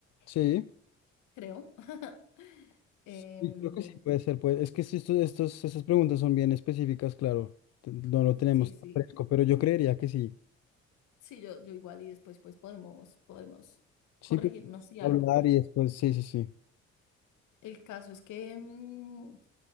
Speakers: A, on the left; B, on the left.
A: sí.
B: creo. <laughs> Em,
A: Sí, creo que sí puede ser, pues. Es que si esto- estos, esas preguntas son bien específicas, claro. te- No lo tenemos
B: sí, sí.
A: tan fresco, pero yo creería que sí.
B: Sí, yo, yo igual y después pues podemos, podemos
A: Sí,
B: corregirnos
A: que
B: y
A: hablar
B: algo.
A: y después, sí, sí, sí.
B: El caso es que, mm,